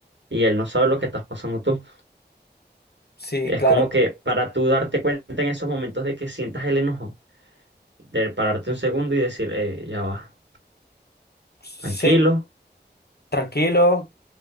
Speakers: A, on the right (about 80°); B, on the left (about 60°).
A: y él no sabe lo que estás pasando tú.
B: Sí,
A: Es
B: claro.
A: como que para tú darte cuenta en esos momentos de que sientas el enojo, de pararte un segundo y decir, "Eh, ya va,
B: Sí.
A: tranquilo.
B: Tranquilo.